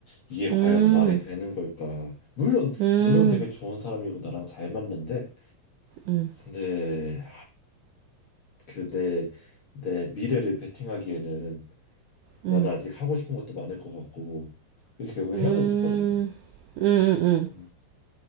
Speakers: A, on the left; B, on the right.
A: 이게 과연
B: 음,
A: 말이 되는 걸까? 물론
B: 음,
A: 물론 되게 좋은 사람이고 나랑 잘 맞는데
B: 음,
A: 근데 그 내 내 미래를 베팅하기에는 나는
B: 음,
A: 아직 하고 싶은 것도 많을 것 같고 그래서 결국 헤어졌었거든.
B: 음, 음, 음.
A: 음.